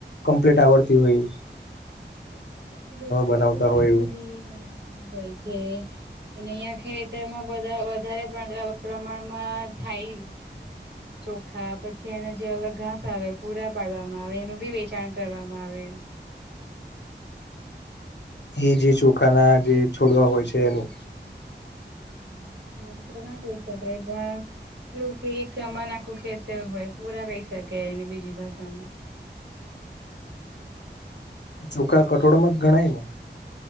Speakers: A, on the left; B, on the right.
A: કમ્પ્લીટ આવડતી હોઈ.
B: બીજી બધીધી
A: બનાવતા
B: ઘણી
A: હોય એવું
B: બધી વાનગી હોય છે. અને અહિયાં ખેતરમાં બધા વધારે પ્રના પ્રમાણમાં થાય છે.
A: હ
B: ચોખા પછી એને જે અલગ ઘાસ આવે પૂરા પાડવામાં આવે એનું બી વેચાણ કરવામાં આવે
A: એ જે ચોખાના જે છોડવા હોય છે એનું
B: હા છોડ તો ના કઈ શકાય પણ ક્યૂ કી એક સમાન આખું ખેતર હોય પૂરા કઈ શકે એને બીજી ભાષામાં.
A: ચોખા કઠોળમાં જ ગણાય ને.